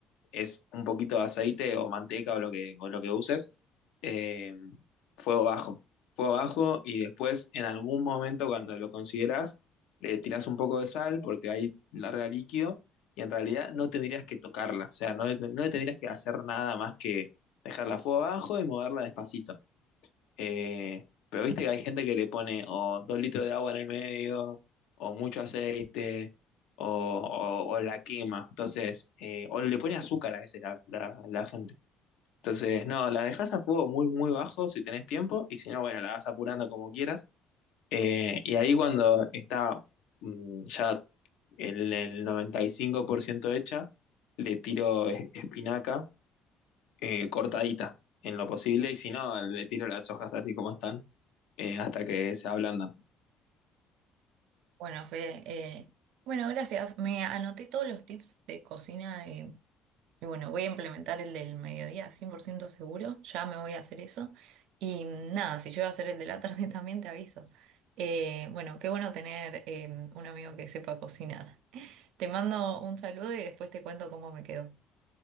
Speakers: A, on the left (about 80°); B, on the right (about 80°).
A: es un poquito de aceite o manteca o lo que, o lo que uses, eh, fuego bajo. Fuego bajo y después en algún momento cuando lo consideras, le tirás un poco de sal porque ahí larga líquido y en realidad no tendrías que tocarla, o sea, no, le ten- no le tendrías que hacer nada más que dejarla a fuego bajo y moverla despacito. Eh, pero viste que hay gente que le pone o dos litros de agua en el medio, o mucho aceite, o, o- o la quema. Entonces, eh, o le pone azúcar a veces la, la- la gente. Entonces, no, la dejas a fuego muy, muy bajo si tenés tiempo, y si no, bueno, la vas apurando como quieras. Eh, y ahí cuando está mm, ya el, el 95% hecha, le tiro es- espinaca eh, cortadita en lo posible, y si no, le tiro las hojas así como están eh, hasta que se ablandan.
B: Bueno, Fede, eh, bueno, gracias. Me anoté todos los tips de cocina y, y bueno, voy a implementar el del mediodía 100% seguro. Ya me voy a hacer eso. Y mm, nada, si yo a hacer el de la tarde <laughs> también te aviso. Eh, bueno, qué bueno tener eh, un amigo que sepa cocinar. Te mando un saludo y después te cuento cómo me quedó.